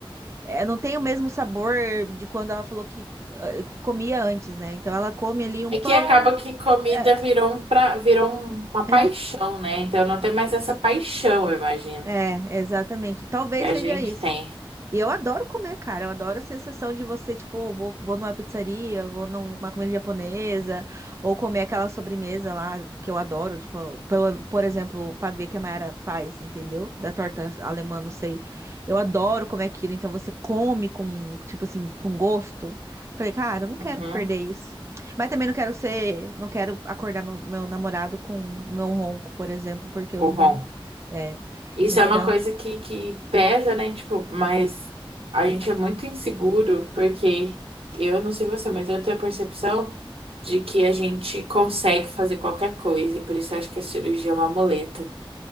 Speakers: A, on the right (about 30°); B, on the right (about 85°).
A: é, não tem o mesmo sabor de quando ela falou que eh, comia antes, né? Então ela come ali um
B: É
A: pão.
B: que acaba que comida
A: É,
B: virou um pra... virou um- uma
A: é
B: paixão, né? Então não tem mais essa paixão, eu imagino,
A: É, exatamente. Talvez
B: que a
A: seja
B: gente
A: isso.
B: tem.
A: E eu adoro comer, cara. Eu adoro a sensação de você, tipo, vou, vou numa pizzaria, vou numa comida japonesa, ou comer aquela sobremesa lá que eu adoro, tipo, pelo, por exemplo, o pavê que a Mayara faz, entendeu? Da torta alemã, não sei. Eu adoro comer aquilo, então você come com, tipo assim, com gosto. Falei, cara, eu não quero
B: Uhum.
A: perder isso. Mas também não quero ser, não quero acordar meu, meu namorado com meu ronco, por exemplo, porque eu
B: Com
A: não, é.
B: Isso
A: Então,
B: é uma coisa que, que pesa, né? Tipo, mas a gente é muito inseguro, porque eu não sei você, mas eu tenho a percepção de que a gente consegue fazer qualquer coisa, e por isso eu acho que a cirurgia é uma muleta.